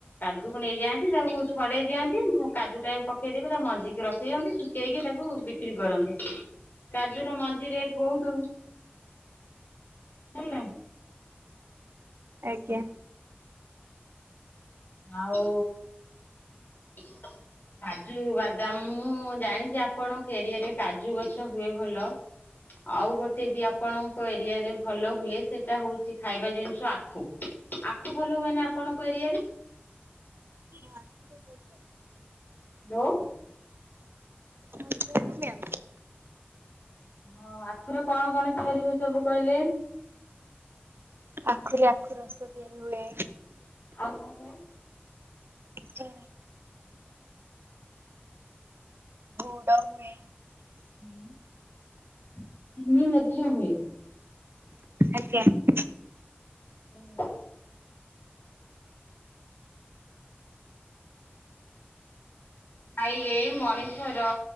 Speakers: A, on the left (about 50°); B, on the right (about 70°).
A: ହାଟୁକୁ ନେଇଯାଆନ୍ତି ତାକୁ ଛଡେଇ ଦିଅନ୍ତି ବୁ କାଜୁଟା ପକ୍ ଶୁଖେଇଦେବେ ତା ମଞ୍ଜିକି ରଖିଦିଅନ୍ତି ଶୁଖେଇକି ତାକୁ ବିକ୍ କ୍ରି କରନ୍ତି। କାଜୁର ମଞ୍ଜି ରେଟ୍ ବହୁତୁ। ହେଲାଣି।
B: ଆଜ୍ଞା।
A: ଆଉ କାଜୁ ବାଦାମ୍ ମୁଁ ଜାଣିଚି ଆପଣଙ୍କ ଏରିଆରେ କାଜୁ ଗଛ ହୁଏ ଭଲ। ଆଉ ଗୋଟେ ବି ଆପଣଙ୍କ ଏରିଆରେ ଭଲ ହୁଏ ସେଇଟା ହଉଚି ଖାଇବା ଜିନିଷ ଆଖୁ। ଆଖୁ ଭଲ ହୁଏନା ଆପଣଙ୍କ ଏରିଆରେ?
B: ହଁ ଆଖୁଟା ବହୁତ ଭଲ ହୁଏ।
A: ହାଲୋ
B: ଉଠୁ ଉଠୁ ମ୍ୟାମ୍।
A: ହଁ ଆଖୁରେ କଣ କଣ ତିଆରି ହୁଏ ସବୁ କହିଲେ?
B: ଆଖୁରେ ଆଖୁରସ ତିଆରି ହୁଏ।
A: ଆଉ କଣ ହୁଏ?
B: ଯା ଗୁଡ ହୁଏ।
A: ହୁଁ ଚିିନି ମଧ୍ୟ ହୁଏ।
B: ଆଜ୍ଞା।
A: ହୁଁ। ଖାଇଲେ ମଣିଷର